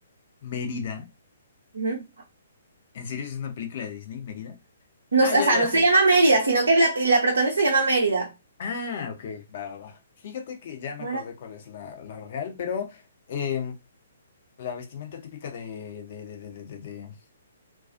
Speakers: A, on the left (about 45°); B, on the right (about 65°).
A: Mérida.
B: Ujú.
A: ¿En serio es una película de Disney, Mérida?
B: No,
A: Ah,
B: o sea,
A: ya, ya
B: no
A: sé.
B: se llama Mérida, sino que la, la protagonista se llama Mérida.
A: Ah, ok. Va, va, va. Fíjate que ya
B: ¿Cómo
A: me acordé
B: era?
A: cuál es la, la real, pero em, la vestimenta típica de, de, de, de, de, de, de-